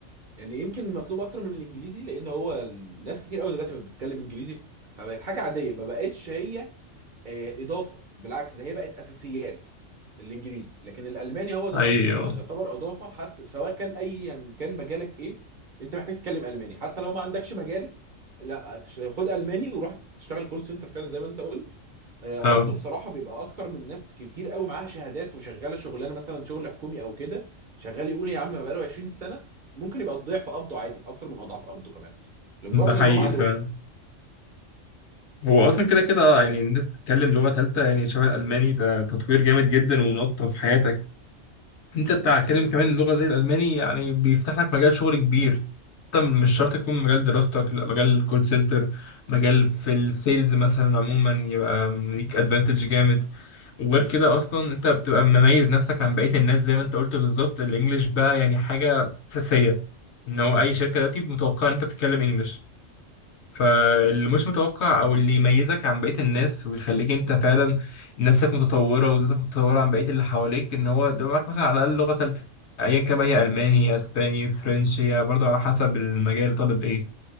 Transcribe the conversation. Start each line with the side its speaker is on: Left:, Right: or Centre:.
Right: يعني يمكن مطلوب اكتر من الانجليزي لان هو الناس كتير قوي دلوقتي بقت بتتكلم انجليزي ف- فبقت حاجه عاديه ما بقتش هي آه، اضافه بالعكس ده هي بقت اساسيات الانجليزي لكن الالماني هو دلوقتي
Left: حقيقي
Right: اللي
Left: أه
Right: يعتبر اضافه حتى سواء كان اي يعني كان مجالك ايه انت محتاج تتكلم الماني حتى لو ما عندكش مجال لا تش- خد الماني وروح تشتغل كول سنتر فعلا زي ما انت قلت آه،
Left: أه
Right: قبضه بصراحه بيبقى اكتر من ناس كتير قوي معاها شهادات وشغاله شغلانه مثلا شغل حكومي او كده شغال يقول يا عم ما بقاله 20 سنه ممكن يبقى ضعف قبضه عادي اكتر من اضعاف قبضه كمان لمجرد
Left: ده حقيقي
Right: ان هو معاه
Left: فعلا
Right: لغه
Left: هو أصلا كده كده آه، يعني إن أنت تتكلم لغة تالتة يعني شبه الألماني ده تطوير جامد جدا ونقطة في حياتك انت بتتكلم كمان لغه زي الالماني يعني بيفتح لك مجال شغل كبير طب مش شرط يكون مجال دراستك لا مجال الكول سنتر مجال في السيلز مثلا عموما يبقى ليك ادفانتج جامد وغير كده اصلا انت بتبقى مميز نفسك عن بقيه الناس زي ما انت قلت بالظبط الانجليش بقى يعني حاجه اساسيه ان هو اي شركه دلوقتي متوقعه ان انت بتتكلم انجليش فاللي مش متوقع او اللي يميزك عن بقية الناس ويخليك انت فعلا نفسك متطورة وذاتك متطورة عن بقية اللي حواليك ان هو ده معاك مثلا على الاقل لغة ثالثة ايا كان بقى هي الماني اسباني فرنش هي برضه على حسب المجال طالب ايه